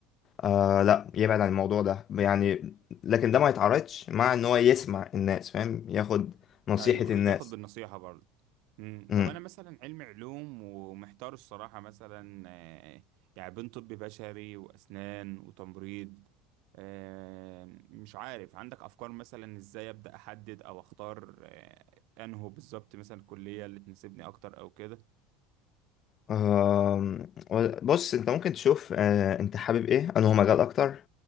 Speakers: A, on the left; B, on the right.
A: آه لا يبعد عن الموضوع ده يعني لكن ده ما يتعارضش مع ان هو يسمع الناس فاهم ياخد نصيحه
B: ايوه
A: الناس
B: أيوه. ياخد بالنصيحه برضه مم.
A: امم
B: طب انا مثلا علم علوم ومحتار الصراحه مثلا آه، يعني بين طب بشري واسنان وتمريض آه، مش عارف عندك افكار مثلا ازاي ابدا احدد او اختار آه، انهو بالظبط مثلا الكليه اللي تناسبني اكتر او كده
A: آم، بص انت ممكن تشوف آه انت حابب ايه انه هو مجال اكتر